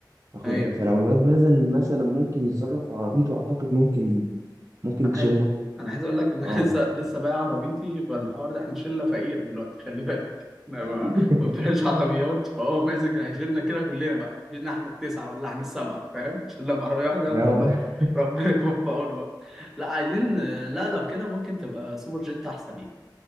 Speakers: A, on the right (about 45°); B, in the centre.
A: أخدها
B: أيوه
A: فلو الواد مثلا مثلا ممكن يتصرف في عربيته أعتقد ممكن ممكن
B: انا
A: تشيلنا
B: عايز انا عايز اقول لك ان انا
A: اه
B: <laughs> لسه لسه بايع عربيتي فالحوار ده احنا شله فقيره دلوقتي خلي بالك احنا ما
A: <laughs>
B: ما فيهاش عربيات فهو ماسك هيشيلنا كده كلنا بقى شيلنا احنا التسعه ولا احنا السبعه فاهم شلنا بعربيه واحده
A: ده
B: فاللو
A: هو بقى.
B: <laughs> ربنا يكون في عونه بقى لا عايزين لا لو كده ممكن تبقى سوبر جيت احسن يعني